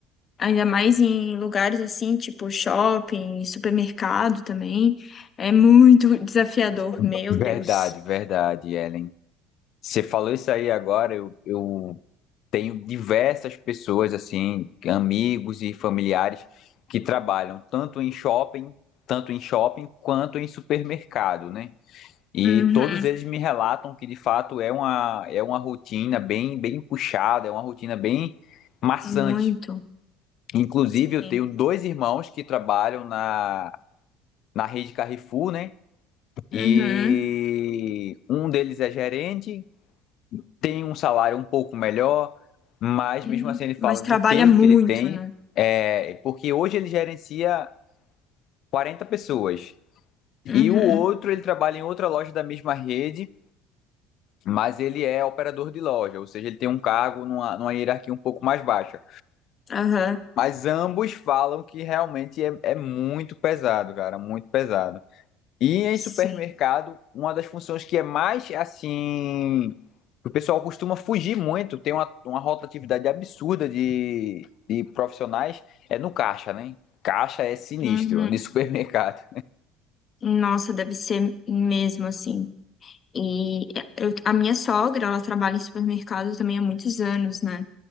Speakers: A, on the left; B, on the left.
A: ainda mais em lugares assim, tipo shopping, supermercado também, é muito <laughs> desafiador,
B: <laughs>
A: meu
B: Verdade,
A: Deus.
B: verdade, Ellen. Você falou isso aí agora, eu, eu tenho diversas pessoas, assim, amigos e familiares que trabalham tanto em shopping, tanto em shopping quanto em supermercado, né? E
A: Uhum,
B: todos eles me relatam que de fato é uma, é uma rotina bem, bem puxada, é uma rotina bem maçante.
A: muito,
B: Inclusive,
A: sim.
B: eu tenho dois irmãos que trabalham na, na rede Carrefour, né? E
A: Uhum.
B: um deles é gerente, tem um salário um pouco melhor, mas
A: E-
B: mesmo assim ele
A: Mas
B: fala
A: trabalha
B: do peso
A: muito,
B: que ele tem,
A: né?
B: é, porque hoje ele gerencia 40 pessoas. E
A: Uhum,
B: o outro, ele trabalha em outra loja da mesma rede mas ele é operador de loja, ou seja, ele tem um cargo numa, numa hierarquia um pouco mais baixa.
A: aham,
B: Mas ambos falam que realmente é, é muito pesado, cara, muito pesado. E em
A: sim.
B: supermercado, uma das funções que é mais assim. O pessoal costuma fugir muito, tem uma, uma rotatividade absurda de, de profissionais, é no caixa, né? Caixa é sinistro,
A: Uhum.
B: de supermercado.
A: Nossa, deve ser mesmo assim. E eu- a minha sogra, ela trabalha em supermercado também há muitos anos, né?